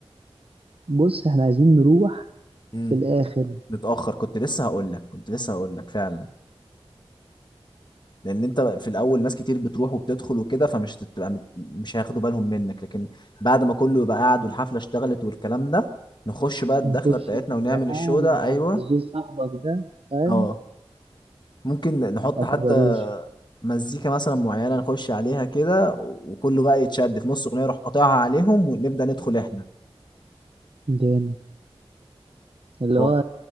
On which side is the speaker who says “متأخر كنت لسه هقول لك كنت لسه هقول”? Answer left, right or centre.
Left